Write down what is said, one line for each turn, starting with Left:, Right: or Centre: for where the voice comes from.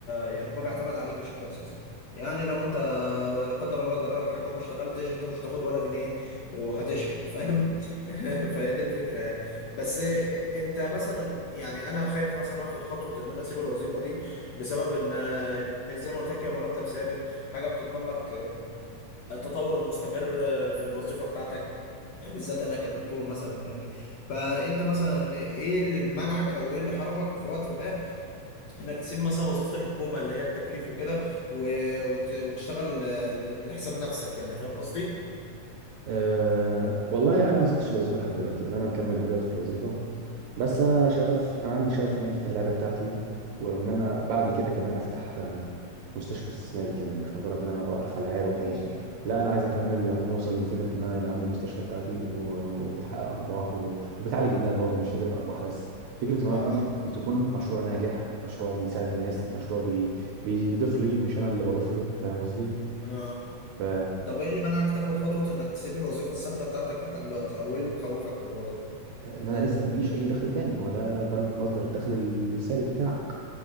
Left: يعني هو بيعتمد عليك بشكل اساسي يعني لو انت لا قدر الله جرى لك حاجه وما اشتغلتش انت مش هتاخد ولا جنيه وهتشحت فاهم <laughs> فهي دي الفكره يعني بس انت مثلا يعني انا خايف مثلا اخد خطوه ان انا اسيب الوظيفه دي بسبب ان يعني زي ما قلت لك هي مرتب ثابت حاجه بتضمن لك التطور المستمر في الوظيفة بتاعتك بالذات انا كدكتور مثلا يعني فانت مثلا ايه اللي منعك او ايه اللي حرمك في وقت ما انك تسيب مثلا وظيفة الحكومة اللي هي التكليف وكده و- وت- وتشتغل ل- لحساب نفسك يعني فاهم قصدي؟
Right: أه والله انا ما سبتش الوظيفه لحد دلوقتي يعني انا مكمل لحد دلوقتي في الوظيفه بس انا شغف انا عندي شغف ان انا افتح العياده بتاعتي وان انا بعد كده كمان افتح آه، مستشفى استثماري كمان مش مجرد ان انا اوقف
Left: مم.
Right: على العياده وخلاص
Left: مم.
Right: لا انا عايز اكمل لحد ما اوصل لفكره ان انا يبقى عندي مستشفى بتاعتي و- وبتحقق ارباح و- وبتعالج الناس برضه مش فكره ارباح بس فكره ان
Left: اه
Right: هو يكون
Left: اه
Right: تكون مشروع ناجح مشروع بيساعد الناس مشروع بي... بيضيف لي مش انا اللي بضيف له فاهم قصدي
Left: اه
Right: ف
Left: طب ايه اللي منعك تاخد خطوة انك تسيب الوظيفة الثابتة بتاعتك لحد دلوقتي او ايه اللي مخوفك من الموضوع؟
Right: ان انا لسه ما فيش اي دخل تاني هو ده ده مصدر الدخل الثابت بتاعك